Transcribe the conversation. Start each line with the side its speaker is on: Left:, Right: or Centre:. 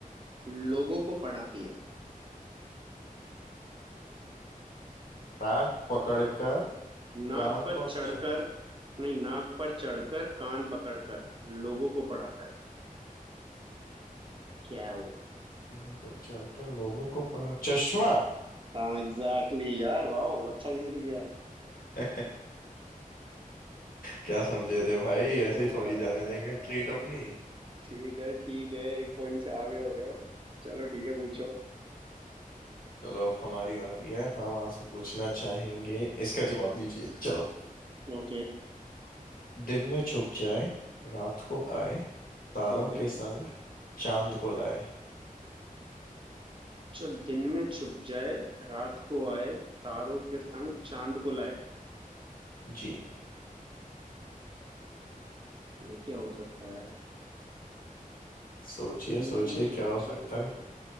Right: लोगों को पढ़ाती है
Left: नाक पकड़कर
Right: नाक
Left: कान
Right: पर
Left: पर
Right: चढ़कर
Left: चढ़
Right: नहीं नाक पर चढ़कर कान पकड़कर लोगों को पढ़ाता है क्या है वो
Left: कान पर चढ़कर लोगों को पड़ा चश्मा
Right: हाँ एग्जैक्टली exactly, यार वाह अच्छा गेस किया
Left: <laughs> क्या समझे थे भाई
Right: अह,
Left: ऐसे ही थोड़ी जाने देंगे ट्रीट अपनी
Right: ठीक है ठीक है एक पॉइंट से आगे हो गए हो चलो ठीक है पूछो
Left: चलो अब हमारी बारी है हम आपसे पूछना चाहेंगे इसका जवाब दीजिए चलो
Right: ओके
Left: दिन में छुप जाए रात को आए तारों
Right: ठीक है
Left: के संग चांद को लाए
Right: जो दिन में छुप जाए रात को आए तारों के संग चांद को लाए
Left: जी
Right: ये क्या हो सकता है
Left: सोचिए
Right: इनमें
Left: सोचिए
Right: जब
Left: क्या हो
Right: जय
Left: सकता है